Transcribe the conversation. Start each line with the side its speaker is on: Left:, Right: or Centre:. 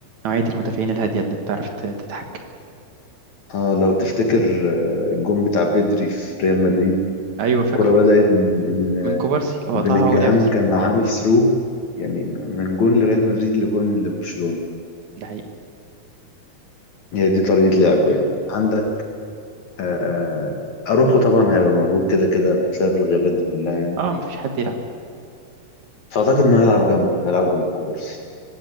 Right: نوعية المدافعين الهادية اللي بتعرف ت- تتحكم
Left: اه لو تفتكر آه، الجون بتاع بيدري في ريال مدريد
Right: ايوه فاكره
Left: الكرة بدأت من- إن
Right: من كوبارسي هو
Left: بلينجهام
Right: قطعها هو لعب أسرع.
Left: كان عامل ثرو يعني من جون لريال مدريد لجون لبرشلونة
Right: ده حقيقي
Left: هي دي طريقة لعبه يعني عندك آه، أروخو طبعا هيبقى موجود كده كده بسبب الغيابات دي كلها يعني
Right: اه مفيش حد يلعب
Left: فأعتقد إنه هيلعب جنبه هيلعب جنب كوبارسي